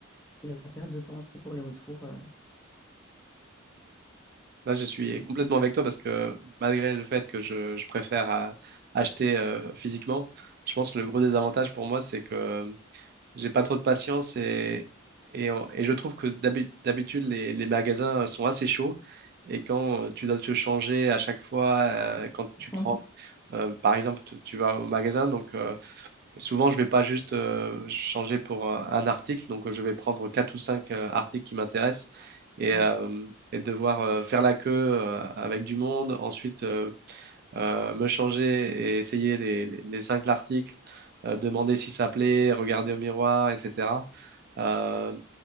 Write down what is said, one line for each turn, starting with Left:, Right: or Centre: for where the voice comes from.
Left: et la perte de temps aussi pour les retours. euh.
Right: Là, je suis
Left: donc,
Right: complètement avec toi parce que malgré le fait que je, je préfère à- acheter euh, physiquement, je pense que le gros désavantage pour moi, c'est que j'ai pas trop de patience et, et, on- et je trouve que d'habi- d'habitude, les, les magasins sont assez chauds et quand tu dois te changer à chaque fois, euh, quand tu
Left: <laughs>
Right: prends,
Left: oui,
Right: euh, par exemple, tu tu vas au magasin, donc. euh, Souvent, je vais pas juste euh, changer pour un, un article, donc euh, je vais prendre quatre ou cinq euh, articles qui m'intéressent et,
Left: ouais,
Right: euh, et devoir euh, faire la queue euh, avec du monde, ensuite euh, euh, me changer et essayer les, les, les cinq articles, euh, demander si ça plaît, regarder au miroir, etc. Euh,